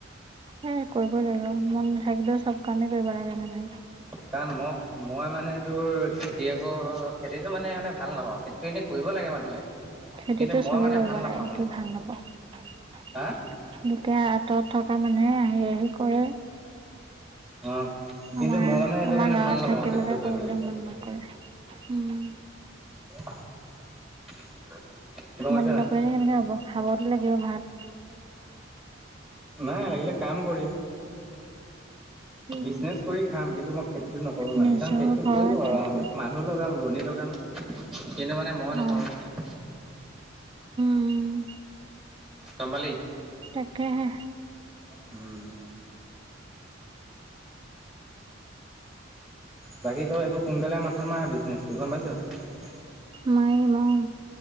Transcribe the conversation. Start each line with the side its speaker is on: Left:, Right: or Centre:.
Right: সেই কৰিবই লাগিব মন নাথাকিলেও চব কামেই কৰিব লাগে মানে।
Centre: কাৰণ মই মই মানে তোৰ খেতিয়কৰ খেতিতটো মানে মানে ভাল নাপাওঁ খেতি এনে কৰি। দিব লাগে মানুহে।
Right: খেতিটো
Centre: কিন্তু মই
Right: চবেই
Centre: মানে
Right: কৰিব
Centre: ভাল নাপাওঁ
Right: লাগে
Centre: মানে
Right: কি ভাল নাপাও। গোটে
Centre: হা
Right: আঁতৰত থকা মানুহে আহি আহি কৰে।
Centre: অ কিন্তু
Right: আমাৰ
Centre: মই মানে এইটো
Right: আমাৰ
Centre: মানে
Right: গাঁৱত
Centre: ভাল নাপাওঁ
Right: থাকিবলৈ
Centre: খেতিটো কৰি
Right: কৰিবলৈ
Centre: মানে
Right: মন নকৰে। উম
Centre: <unintelligible> <inaudible> পাইছা
Right: মন নকৰিলে
Centre: নাই
Right: কেনেকে হব খাবতো লাগিব ভাত।
Centre: নাই লাগিলে কাম কৰিম।
Right: উম,
Centre: বিজনেচ কৰি খাম কিন্তু মই খেতিতটো নকৰো মানে
Right: নিজৰ
Centre: কাৰণ খেতিতটো
Right: ঘৰত
Centre: কৰিব পাৰাঁতে
Right: থাকি
Centre: মানুহ লগা। ৰোৱনী লগাম কিন্তু ম মই
Right: অ
Centre: নকৰোঁ মানে
Right: উম
Centre: গম পালি
Right: তাকেহে
Centre: উম বাকী তই এইটো সোনকালে মাথা মাৰ বিজনেচটো গম পাইছ। <unintelligible>
Right: মাৰি মহ